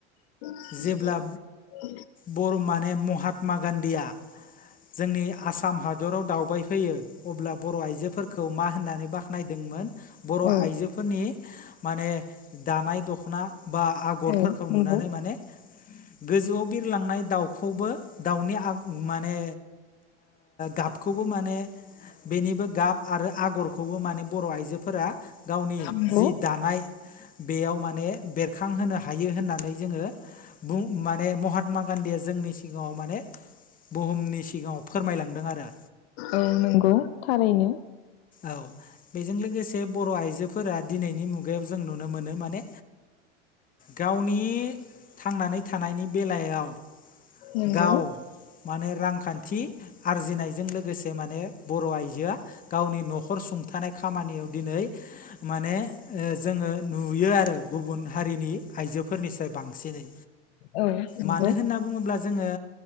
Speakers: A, on the left (about 60°); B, on the left (about 25°).
A: <inaudible>
B: जेब्ला बर माने महात्मा गान्धीया जोंनि आसाम हादराव दावबायफैयो अब्ला बर' आइजोफोरखौ मा होननानै बाख्नायदोंमोन बर'
A: औ
B: आइजोफोरनि माने दानाय दख'ना बा आगरफोरखौ
A: औ नंगौ
B: नुनानै माने गोजौआव बिरलांनाय दाउखौबो दाउनि आ माने गाबखौबो माने बेनिबो गाब आरो आगरखौ बेखौबो माने बर' आइजोफोरा गावनि
A: नंगौ
B: जि दानाय बेयाव माने बेरखांहोनो हायो होननानै जोंङो बुं माने महात्मा गान्धीया जोंनि सिगांङाव माने बुहुमनि सिगांङाव फोरमायलांदों आरो
A: औ नंगौ थारैनो
B: औ बेजों लोगोसे बर' आइजोफोरा दिनैनि मुगायाव जों नुनो मोनो माने गावनि थांनानै थानायनि बेलायाव
A: नंगौ
B: गाव माने रांखान्थि आरजिनायजों लोगोसे माने बर' आइजोआ गावनि न'खर न'खर सुंथानाय खामानियाव दिनै माने जोंङो नुयो आरो गुबुन हारिनि आइजोफोरनिसाइ बांसिनै
A: औ नंगौ
B: मानो होनना बुंङोब्ला जोंङो